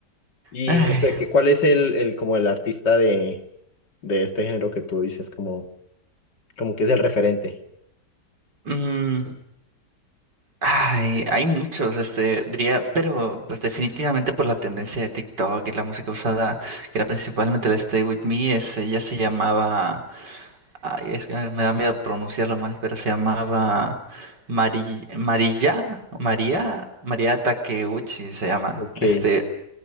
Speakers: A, on the left; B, on the right.
A: Y
B: Ay,
A: no sé, ¿qué, cuál es el, el, como el artista de, de este género que tú dices, como, como que es el referente?
B: mm, ay, hay muchos, este, diría, pero pues definitivamente por la tendencia de TikTok y la música usada, que era principalmente el Stay With Me, ese ya se llamaba, ay, es que me da miedo pronunciarlo mal, pero se llamaba Mari, Marilla, María, María Takeuchi se llama.
A: Ok, sí,
B: Este,